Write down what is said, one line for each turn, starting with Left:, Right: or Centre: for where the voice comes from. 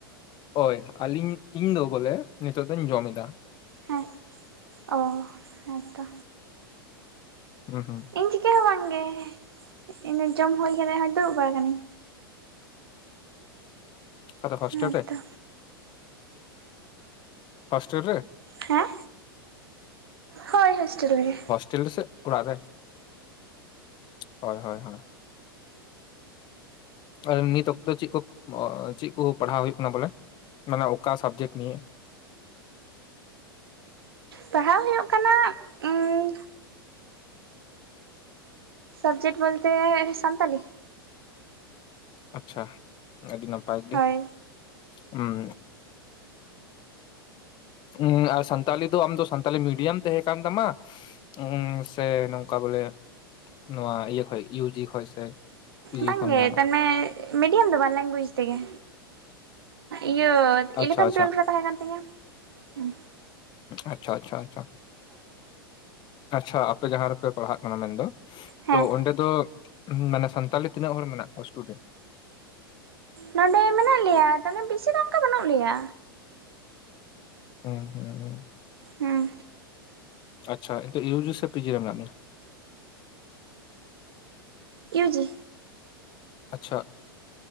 Left: ᱦᱳᱭ ᱟᱹᱞᱤᱧ, ᱤᱧ ᱫᱚ ᱵᱚᱞᱮ ᱱᱤᱛᱚᱜ ᱫᱚᱧ ᱡᱚᱢ ᱮᱫᱟ᱾
Right: ᱦᱮᱸ, ᱚᱻ ᱦᱮᱸᱛᱚ᱾
Left: ᱦᱩᱸ ᱦᱩᱸ᱾
Right: ᱤᱧ ᱪᱤᱠᱟᱹ ᱦᱚᱸ ᱵᱟᱝ ᱜᱮ, ᱤᱧ ᱫᱚ ᱡᱚᱢ ᱦᱩᱭ ᱠᱟᱫᱟ ᱦᱚᱸᱜ-ᱚᱭ ᱫᱩᱲᱩᱵ ᱵᱟᱲᱟ ᱠᱟᱱᱟᱹᱧ᱾
Left: ᱟᱫᱚ ᱦᱚᱥᱴᱮᱞ
Right: ᱦᱮᱸᱛᱚ
Left: ᱨᱮ? ᱦᱳᱥᱴᱮᱞ ᱨᱮ?
Right: ᱦᱮᱸ? ᱦᱳᱭ ᱦᱳᱥᱴᱮᱞ ᱨᱮᱜᱮ᱾
Left: ᱴᱮᱞ ᱨᱮᱥᱮ ᱚᱲᱟᱜ ᱨᱮ? ᱦᱳᱭ ᱦᱳᱭ ᱦᱳᱭ᱾ ᱟᱨ ᱱᱤᱛ ᱚᱠᱛᱚ ᱫᱚ ᱪᱮᱫ ᱠᱚ, ᱪᱮᱫ ᱠᱚ ᱯᱟᱲᱦᱟᱣ ᱦᱩᱭᱩᱜ ᱠᱟᱱᱟ ᱵᱚᱞᱮ, ᱢᱟᱱᱮ ᱚᱠᱟ ᱥᱟᱵᱡᱮᱠᱴ ᱱᱤᱭᱮ?
Right: ᱯᱟᱲᱦᱟᱣ ᱦᱩᱭᱩᱜ ᱠᱟᱱᱟ, ᱩᱸ ᱥᱚᱵᱡᱮᱠᱴ ᱵᱚᱞᱛᱮ ᱥᱟᱱᱛᱟᱞᱤ᱾
Left: ᱟᱪᱪᱷᱟ, ᱟᱹᱰᱤ ᱱᱟᱯᱟᱭ ᱜᱮ᱾
Right: ᱦᱳᱭ
Left: ᱦᱩᱸ ᱩᱸ ᱟᱨ ᱥᱟᱱᱛᱟᱞᱤ ᱫᱚ ᱟᱢ ᱫᱚ ᱥᱟᱱᱛᱟᱞᱤ ᱢᱤᱰᱤᱭᱟᱢ ᱛᱟᱦᱮᱸ ᱠᱟᱱ ᱛᱟᱢᱟ, ᱩᱸ ᱥᱮ ᱱᱚᱝᱠᱟ ᱵᱚᱞᱮ, ᱱᱚᱣᱟ ᱤᱭᱟᱹ ᱠᱷᱚᱡ ᱤᱭᱩ. ᱡᱤ. ᱠᱷᱚᱡ ᱥᱮ᱾ ᱯᱤᱡᱤ
Right: ᱵᱟᱝ
Left: ᱠᱷᱚᱱ
Right: ᱜᱮ
Left: ᱡᱟᱦᱟᱱᱟᱜ
Right: <unintelligible> ᱢᱤᱰᱤᱭᱟᱢ ᱫᱚ ᱵᱟᱝ ᱞᱮᱝᱜᱩᱭᱮᱡᱽ ᱛᱮᱜᱮ᱾ ᱤᱭᱟᱹ
Left: ᱟᱪᱪᱷᱟ
Right: ᱤᱞᱤᱵᱷᱮᱱ
Left: ᱟᱪᱪᱷᱟ
Right: ᱴᱩᱭᱮᱞᱵᱷ ᱨᱮ ᱛᱟᱦᱮᱸ ᱠᱟᱱ ᱛᱤᱧᱟᱹ ᱦᱩᱸ᱾
Left: ᱟᱪᱪᱷᱟ ᱟᱪᱪᱷᱟ ᱟᱪᱪᱷᱟ, ᱟᱪᱪᱷᱟ ᱟᱯᱮ ᱡᱟᱦᱟᱸ ᱨᱮᱯᱮ ᱯᱟᱲᱦᱟᱜ ᱠᱟᱱᱟ ᱢᱮᱱᱫᱚ?
Right: ᱦᱮᱸ
Left: ᱛᱚ ᱚᱸᱰᱮ ᱫᱚ ᱢᱟᱱᱮ ᱥᱟᱱᱛᱟᱞᱤ ᱛᱤᱱᱟᱹᱜ ᱦᱚᱲ ᱢᱮᱱᱟᱜ ᱠᱚᱣᱟ ᱥᱴᱩᱰᱮᱱᱴ?
Right: ᱱᱚᱸᱰᱮ ᱢᱮᱱᱟᱜ ᱞᱮᱭᱟ ᱛᱚ ᱢᱟᱱᱮ ᱵᱮᱥᱤ ᱫᱚ ᱚᱱᱠᱟ ᱵᱟᱹᱱᱩᱜ ᱞᱮᱭᱟ᱾
Left: ᱦᱩᱸ ᱦᱩᱸ ᱦᱩᱸ,
Right: ᱦᱮᱸ
Left: ᱟᱪᱪᱷᱟ ᱤᱭᱩ ᱡᱤ ᱥᱮ ᱯᱤ ᱡᱤ ᱨᱮ ᱢᱮᱱᱟᱜ ᱢᱮᱭᱟ?
Right: ᱤᱭᱩ ᱡᱤ᱾
Left: ᱟᱪᱪᱷᱟ,